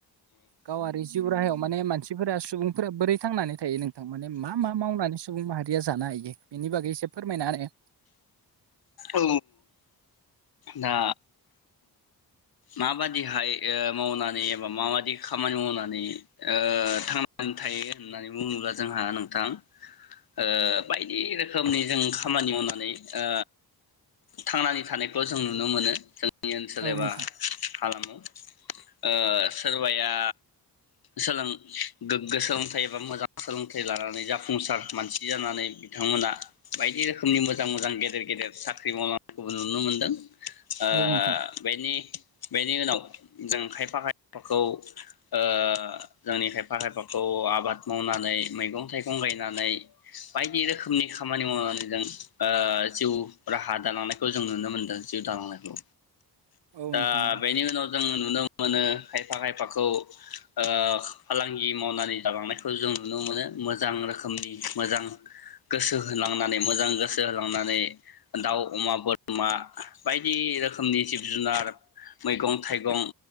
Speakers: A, on the right (about 80°); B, on the left (about 60°).
A: गावारि जिउ राहायाव माने मानसि- फोरा सुबुंफोरा बोरै थांनानै थायो नोंथां? माने मा मा मावनानै सुबुं माहारिया जानो हायो? बेनि बागै एसे फोरमायना होनाय।
B: औ दा माबादिहाय अ मावनानै एबा माबादि खामानि मावनानै अ थांनानै थायो होननानै बुङोब्ला जोंहा नोंथां। अ बायदि रोखोमनि जों खामानि मावनानै आ। थांनानै थानायखौ जों नुनो मोनो जों- नि ओनसोल
A: औ
B: एबा
A: नोंथां
B: हालामाव अ सोरबाया सोलों गोग्गो सोलोंथाइ एबा मोजां सोलोंथाइ लानानै जाफुंसार मानसि जानानै बिथांमोना बायदि रोखोमनि मोजां-मोजां गेदेर-गेदेर साख्रि मावला खौबो नुनो मोनदों। ओ
A: औ नोंथां
B: बेनि बेनि उनाव जों खायफा खायफाखौ ओ जोंनि खायफा खायफाखौ आबाद मावनानै मैगं थाइ गं गायनानै बायदि रोखोमनि खामानि मावनानै जों ओ जिउ हा दालांनायखौ जों नुनो मोन्दों जिउ दालांनायखौ।
A: औ
B: दा
A: नोंथां औ
B: बेनि उनाव जों नुनो मोनो खायफा खायफाखौ ओ फालांगि मावनानै जालांनायखौ जों नुनो मोनो मोजां रोखोमनि मोजां गोसो होलांनानै मोजां गोसो होलांनानै दाउ अमा बोरमा बायदि रोखोमनि जिब जुनार मैगं थाइगं